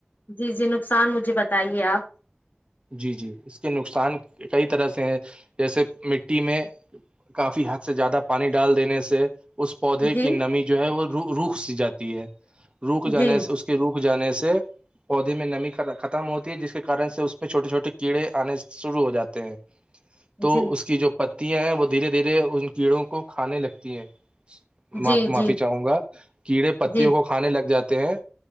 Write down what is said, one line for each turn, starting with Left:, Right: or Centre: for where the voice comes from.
Left: جی جی نقصان مجھے بتائیے آپ
Right: جی جی اس کے نقصان کئی طرح سے ہیں جیسے مٹی میں کافی حد سے زیادہ پانی ڈال دینے سے اس پودے
Left: جی
Right: کی نمی جو ہے وہ روخ س جاتی ہے روک جانے
Left: جی
Right: سے اس روک جانے سے پودے میں نمی ختم ہوتی ہے جس کے کارن سے اس پ چھوٹے چھوٹے کیڑے آنے شروع ہو جاتے ہیں تو
Left: جی
Right: اس کی جو پتیاں ہیں وہ دھیرے دھیرے ان کیڑوں کو کھانے لگتی ہیں معافی
Left: جی جی
Right: چاہوں گا کیڑے پتیوں
Left: جی
Right: کو کھانے لگ جاتے ہیں